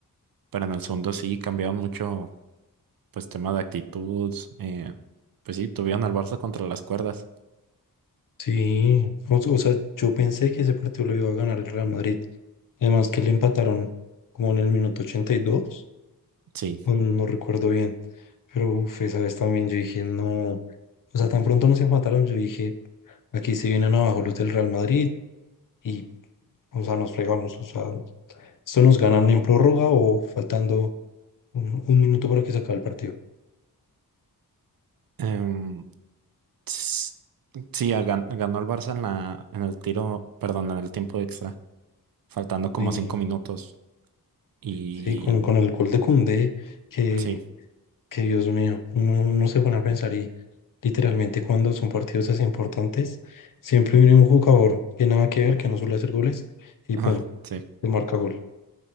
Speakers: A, on the right (about 65°); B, on the left (about 55°).
A: pero en el segundo sí cambiaron mucho, pues, tema de actitud, eh, pues sí, tuvieron al Barça contra las cuerdas,
B: sí, o, o sea, yo pensé que ese partido lo iba a ganar el Real Madrid. Además que le empataron como en el minuto 82,
A: sí.
B: o no recuerdo bien. Pero, uff esa vez también yo dije, no, o sea, tan pronto nos empataron, yo dije, aquí se vienen abajo los del Real Madrid y, o sea, nos fregamos, o sea, Esto nos ganan en prórroga o faltando un, un minuto para que se acabe el partido.
A: Em, s- sí, a- gan- ganó el Barça en la, en el tiro, perdón, en el tiempo extra, faltando como
B: Y
A: cinco minutos, y
B: sí, con, con el gol de Koundé, que,
A: sí,
B: que Dios mío, no, no se van a pensar y literalmente cuando son partidos así importantes, siempre viene un jugador que nada que ver, que no suele hacer goles y
A: ah,
B: pum,
A: sí,
B: le marca gol.